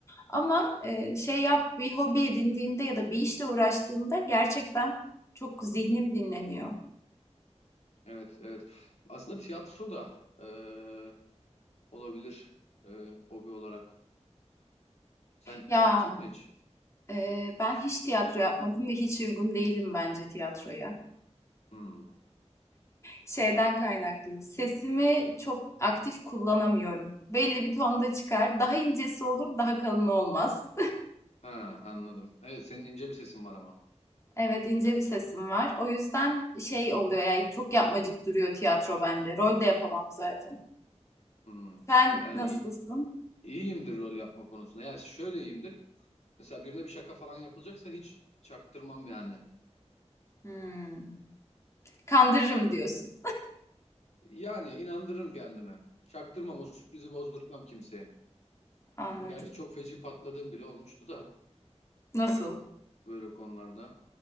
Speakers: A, on the left; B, on the left.
A: Ama e, şey yap bir hobi edindiğimde ya da bir işle uğraştığımda gerçekten çok zihnim dinleniyor.
B: Evet evet aslında tiyatro da e, olabilir e, hobi olarak. Sen
A: Ya
B: yaptın mı hiç?
A: Ee, ben hiç tiyatro yapmadım ve hiç uygun değilim bence tiyatroya.
B: Hmm.
A: Şeyden kaynaklı. Sesimi çok aktif kullanamıyorum. Belli bir tonda çıkar. Daha incesi olur, daha kalını olmaz. <laughs>
B: Ha anladım. Evet senin ince bir sesin var ama.
A: Evet, ince bir sesim var. O yüzden şey oluyor yani çok yapmacık duruyor tiyatro bende. Rol de yapamam zaten.
B: Hmm.
A: Sen
B: Ben
A: nasılsın?
B: iyi, iyiyimdir rol yapma konusunda. Ya şöyle iyiyimdir. Mesela birine bir şaka falan yapılacaksa hiç çaktırmam yani.
A: Hmm. Kandırırım diyorsun.
B: Yani inandırırım kendime. Çaktırmam o sürprizi bozdurtmam kimseye.
A: Anladım.
B: Gerçi çok feci patladığım bile olmuştu da
A: Nasıl?
B: böyle konularda.